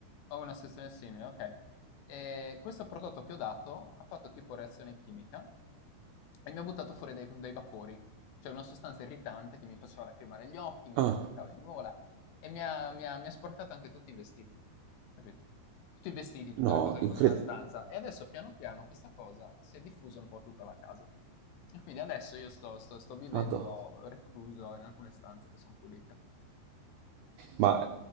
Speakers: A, on the left; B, on the right.
A: Ho una situazione simile, okay. Ehm, questo prodotto che ho dato ha fatto tipo reazione chimica e mi ha buttato fuori dei v dei vapori, cioè una sostanza irritante che mi faceva lacrimare gli occhi, mi
B: Ah,
A: piassicava in gola e mi ha mi ha mi ha sporcato anche tutti i vestiti, capito? Tutti i vestiti, tutte
B: no,
A: le cose che
B: incredibile.
A: avevo nella stanza e adesso piano piano questa cosa si è diffusa un po' a tutta la casa. E quindi adesso io sto sto sto vivendo
B: Madonna.
A: recluso in alcune stanze che son pulite.
B: Ma